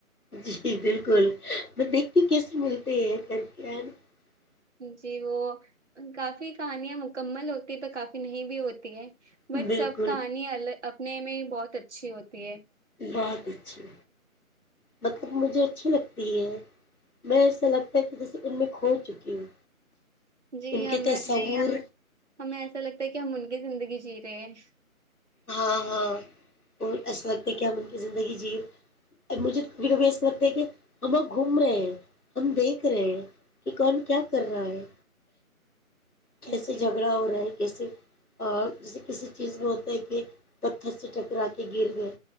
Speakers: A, on the left (about 85°); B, on the right (about 50°).
A: جی بالکل میں دیکھتی کیس میں تو یہ کر کے ہے ن <unintelligible>
B: جی وہ کافی کہانیاں مکمل ہوتی ہے پ کافی نہیں بھی ہوتی ہے
A: نا؟
B: بٹ
A: بالکل
B: سب کہانی ال اپنے میں بہت اچھی ہوتی ہے
A: بہت اچھی مطلب مجھے اچھی لگتی ہے میں ایسا لگتا ہے کہ جیسے ان میں کھو چکی ہوں
B: جی
A: ان
B: ہمیں
A: کے تصور
B: ہمیں ایسا لگتا ہے کہ ہم ان کی زندگی جی تیش <unintelligible>
A: ہاں ہاں اور ایسا لگتا ہے کہ ہم ان کی زندگی جی مجھے کبھی کبھی ایسا لگتا دیکھیے ہموگ گھوم رہے ہیں ہم دیکھ رہے ہیں کہ کون کیا کر رہا ہے کیسے
B: جی
A: جھگڑا ہو رہا ہے ے اور جیسے کسی چیز میں ہوتا ہے کہ پتھر سے ٹکرا کے گر گئے